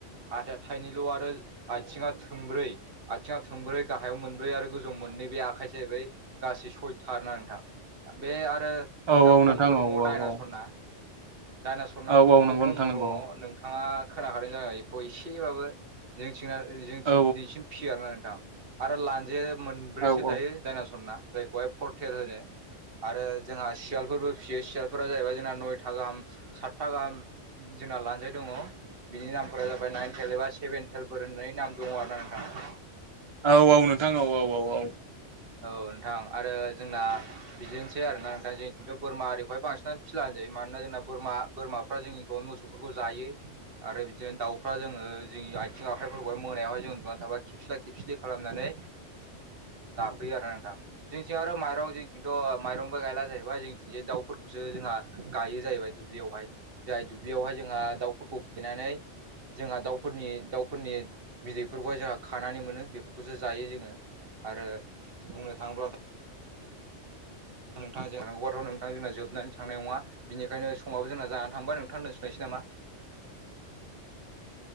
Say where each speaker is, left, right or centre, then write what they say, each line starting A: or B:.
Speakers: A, on the right (about 55°); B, on the right (about 35°).
A: हाथाया थाइनैल' आरो आथिङा थोंब्रै आथिङा थोंब्रै गाहायाव मोनब्रै आरो गोजौआव मोननै बे आखाइया जाहैबाय गासै सयथा आरो ना नोंथां बे आरो
B: औ
A: जोंना
B: औ
A: गंबो
B: नोंथां
A: दङ
B: औ औ
A: दायनासरना
B: औ
A: दायना सरना
B: औ
A: खर'आव
B: औ नंगौ
A: गंबो
B: नोंथां नंगौ
A: दं न' नोंथाङा खोनाखादों जानो हागौ एखौ एसेबाबो जोंनिथिंना जोंनिथिं
B: औ
A: दिनैसिम फियो आरोना नोंथां आरो लान्जाया मोनब्रैसो
B: औ औ
A: थायो दायनासरना जायखौहाय पर्टेल होनो आरो जोंहा सियालफोरबो फियो सियालफोरा जाहैबाय जोंना नयथा गाहाम सातथा गाहाम जोंना लानजाय दङ बिनि नामफोरा जाबाय नाइन थेल एबा सेभेन थेलफोर होननानै नाम दङ आरो ना नोंथां
B: औ औ नोंथां औ औ औ औ
A: औ नोंथां आरो जोंना बिदिनोसै आरोना नोंथां जों खिन्थु बोरमा आरिखौहाय बांसिनानो फिला होनजायो मानोना जोंना बोरमा बोराफ्रा जोंनिखौ मोसौ बेफोरखौ जायो आरो बिदिनो दाउफ्रा जोङो जोंनि आथिं आखाइफोरखौहाय मोनायावहाय जों उनदुना थाबा खे खेबस्ला खेबस्लि खालामनानै <unintelligible> होयो आरोना नोंथां जोंथिं आरो माइरं जोंथिंथ' माइरंबो गायला जाहैबाय जोंनिथिंजाय दाउफोर खौसो जोंहा गायो जाहैबाय दुब्लियावहाय जाय दुब्लियावहाय जोंहा दाउफोरखौ गायनानै जोंहा दाउफोरनि दाउफोरनि बिदैफोरखौहाय जोंहा खानानै मोनो बेफो खौसो जायो जोङो आरो बुंनो थाङोब्लाथ' नोंथां जोंहा <unintelligible> नोंथा जोंना जोबनानै थांनाय नङा। बिनिखायनो समाबो जोंना जानानै थांबाय नोंथां दोनथ'नायसै नामा
B: <inaudible>